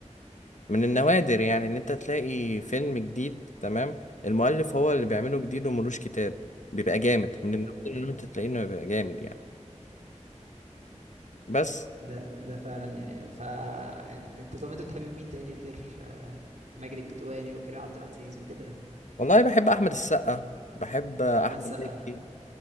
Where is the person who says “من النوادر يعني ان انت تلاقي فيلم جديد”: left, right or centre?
Left